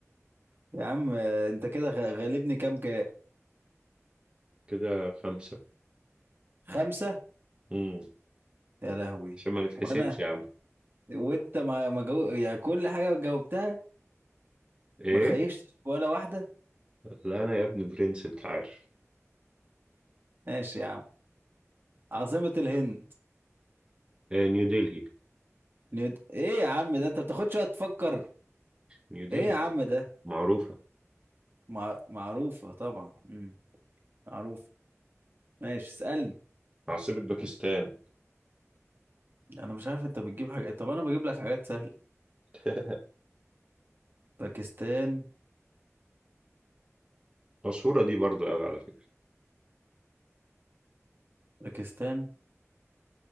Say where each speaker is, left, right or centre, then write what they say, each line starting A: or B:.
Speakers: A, on the right; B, on the right.
A: يا عم آه، أنت كده غ- غالبني كام كام
B: كده خمسة
A: خمسة
B: مم.
A: يا لهوي
B: عشان ما نتحسدش
A: وأنا
B: يا عم
A: وأنت ما ما جو... يعني كل حاجة جاوبتها
B: ايه
A: ما خيشتش ولا واحدة
B: لا أنا يا ابني برنس أنت عارف
A: ماشي يا عم عاصمة الهند
B: آه نيودلهي
A: نيود... إيه يا عم ده أنت بتاخدش وقت تفكر
B: نيودلهي
A: إيه يا عم ده
B: معروفة
A: مع... معروفة طبعا مم. معروفة ماشي اسألني
B: عاصمة باكستان
A: انا مش عارف انت بتجيب حاجة طب انا بجيب لك حاجات سهلة
B: <laughs>
A: باكستان
B: مشهورة دي برضو أوي على فكرة
A: باكستان